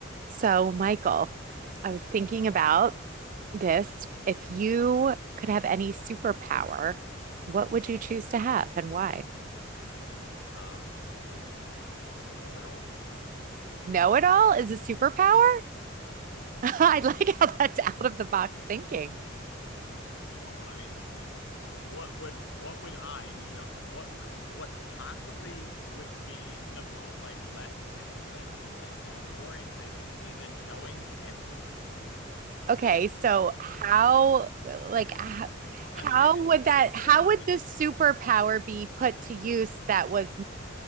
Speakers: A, on the right; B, on the left.
A: So, Michael, I was thinking
B: Yes.
A: about this. If you could have any superpower, what would you choose to have and why?
B: Um, know it all?
A: Know it all is a superpower?
B: Absolutely.
A: <laughs> I like how that's out of the box thinking.
B: <laughs>
A: <laughs>
B: I mean, what I mean, what would what would I, and you know, what <laughs> what possibly would be the mo like less and less like, you know, more enticing to me than knowing everything.
A: Okay, so
B: Think
A: how,
B: of what you could do with that.
A: like, h-
B: And
A: how
B: I mean everything.
A: would
B: I'm
A: that,
B: I'm
A: how
B: talking omniscient.
A: would the superpower be put to use that was